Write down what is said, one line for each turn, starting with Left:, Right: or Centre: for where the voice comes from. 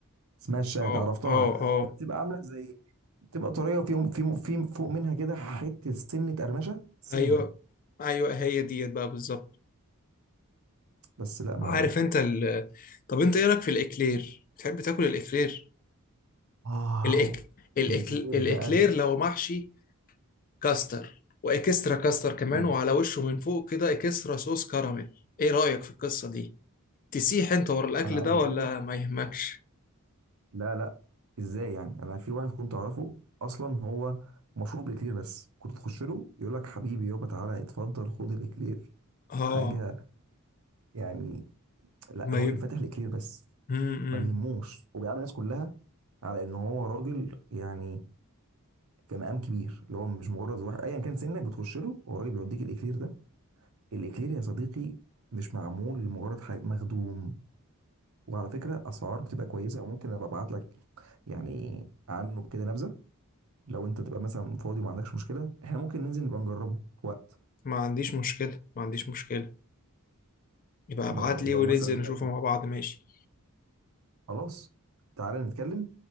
Right: اسمها الشاهد
Left: اه
Right: عرفتها
Left: اه اه
Right: بتبقى عامله زي بتبقى طريه وفي في في فوق منها كده حته سنه قرمشه سنه
Left: أيوه أيوه هي ديت بقى بالظبط
Right: بس لا ما
Left: عارف أنت ال... طب أنت إيه رأيك في الإكلير؟ بتحب تاكل الإكلير؟
Right: واو
Left: الإك... الإك...
Right: الكبير
Left: الإكلير
Right: بقى ده
Left: لو محشي كاستر وإكسترا كاستر كمان
Right: مم.
Left: وعلى وشه من فوق كده إكسترا صوص كراميل إيه رأيك في القصة دي؟ تسيح أنت ورا الأكل
Right: انا
Left: ده
Right: عايز اقول
Left: ولا
Right: لك
Left: ما يهمكش؟
Right: لا لا ازاي يعني انا في واحد كنت اعرفه اصلا هو مشروب اكلير بس كنت تخش له يقول لك حبيبي يابا تعالى اتفضل خد الاكلير
Left: اه
Right: حاجه يعني لا
Left: ما
Right: راجل
Left: ي...
Right: فاتح الاكلير بس
Left: امم
Right: ما بيهموش وبيعامل الناس كلها على ان هو راجل يعني في مقام كبير اللي هو مش مجرد واحد ايا كان سنك بتخش له والراجل بيوديك الاكلير ده الاكلير يا صديقي مش معمول لمجرد حاجه مخدوم وعلى فكره اسعار بتبقى كويسه وممكن ابقى ابعت لك يعني عنه كده نبذه لو انت بتبقى مثلا فاضي وما عندكش مشكله احنا ممكن ننزل نبقى نجربه في وقت
Left: ما عنديش مشكلة ما عنديش مشكلة يبقى
Right: خ-
Left: ابعت
Right: ما- لو
Left: لي وننزل
Right: مثلا دلوقتي
Left: نشوفه مع بعض ماشي
Right: خلاص تعالى نتكلم